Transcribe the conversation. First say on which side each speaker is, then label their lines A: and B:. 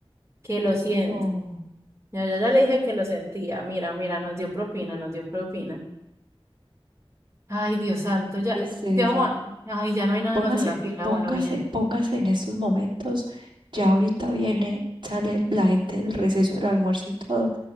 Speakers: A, on the right (about 30°); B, on the right (about 55°).
A: que
B: ya
A: lo siento.
B: no,
A: Ya, yo ya le dije que lo sentía, mira, mira, nos dio propina, nos dio propina. Ay, Dios santo,
B: no, qué
A: ya,
B: tristeza.
A: ¿qué vamos a- Ay, ya no hay nada
B: Póngase,
A: más en la fila,
B: póngase,
A: bueno, bien.
B: póngase en estos momentos. Ya ahorita viene, sale la gente del receso del almuerzo y todo.